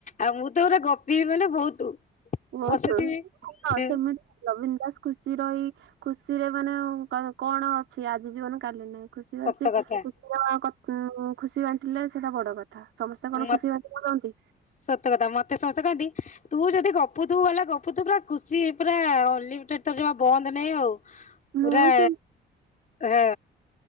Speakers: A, on the left (about 40°); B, on the right (about 75°).
A: ଆଉ ମୁଁ ତ ପୁରା ଗପିବି ମାନେ ବହୁତ।
B: ଦେଖେ
A: ବସିଥିବି
B: ହଁ ସେମିତି ଥିଲା ବୀନଦାସ। ଖୁସି ରହି ଖୁସି ରେ ମାନେ କଣ ଅଛି ଆଜି ଜୀବନ କାଲି ନାଇଁ। ଖୁସି
A: ସତ
B: ବାସି
A: କଥା
B: ଖୁସି <unintelligible> <unintelligible> ସେଟା ବଡ କଥା। ସମସ୍ତେ କଣ
A: ମ
B: ଖୁସି ବାଣ୍ଟି ପାରନ୍ତି
A: <inaudible> ସତ କଥା ମତେ ସମସ୍ତେ କାହନ୍ତି? ତୁ ଯଦି ଗପୁ ଥୁବୁ ଗଲା ଗପୁ ଥିବୁ ପୁରା ଖୁସି ପୁରା ଅନଲିମିଟେଡ ବନ୍ଦ ନାଇଁ ଆଉ। ପୁରା
B: ମୁଁ ବି ସେ
A: ହଁ।